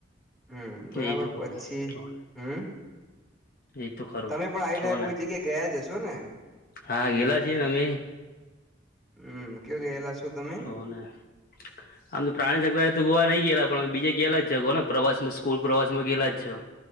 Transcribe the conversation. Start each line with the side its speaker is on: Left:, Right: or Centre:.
Centre: હમ બરાબર
Left: એ તો
Centre: પછી
Left: ખરું તો ને,
Centre: હમ
Left: એ તો ખરું
Centre: તમે પણ આવીને
Left: તો
Centre: કોઈ
Left: ને
Centre: જગ્યા ગયા જ હશો ને
Left: હા ગેલા જ નમે
Centre: હમ કયો ગયેલા. છો તમે
Left: તો ને આમ તો પ્રાણી <unintelligible> તો ગોવા નહી. ગેલા પણ બીજા ગેલા જ <unintelligible> ને <unintelligible> માં ગેલા જ છો.